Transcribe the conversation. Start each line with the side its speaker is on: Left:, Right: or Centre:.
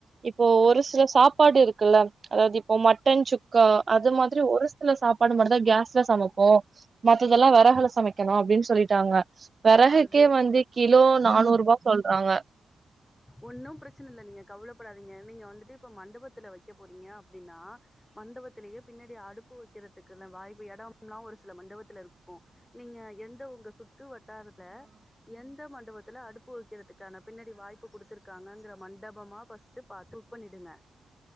Right: இப்போ ஒரு சில சாப்பாடு இருக்குல்ல அதாவது இப்போ மட்டன் சுக்கா அது மாதிரி ஒரு சில சாப்பாடு மட்டுதா கேஸ்ல சமைப்போ மத்ததெல்லா வெறகல சமைக்கணு அப்டின்னு சொல்லிட்டாங்க வெறகுக்கே
Left: அது
Right: வந்து கிலோ நானூறு ரூபா சொல்றாங்க
Left: ஒன்னு பிரச்சன இல்ல நீங்க கவலப்படாதீங்க நீங்க வந்துட்டு இப்ப மண்டபத்துல வைக்க போறீங்க அப்படின்னா மண்டபத்துலயே பின்னாடி அடுப்பு வைக்கிறதுக்குலா வாய்ப்பு எடம்லா ஒரு சில மண்டபத்துல இருக்கு நீங்க எந்த உங்க சு த்து வட்டாரத்துல எந்த மண்டபத்துல அடுப்பு வெக்கறதுக்கான பின்னாடி வாய்ப்பு குடுத்துருக்காங்கங்கற மண்டபமா பர்ஸ்ட்டு பாத்து புக் பண்ணிடுங்க